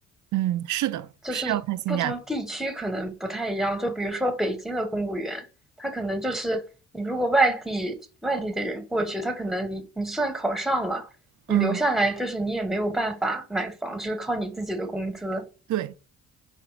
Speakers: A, on the right; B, in the centre.
A: 嗯，是的，
B: 就是不同地区可能不太一样。
A: 是要看性价比。
B: 就比如说北京的公务员，他可能就是你如果外地外地的人过去，他可能你你算考上了，你留下来就是你也没有办法买房，
A: 嗯，
B: 就是靠你自己的工资。
A: 对。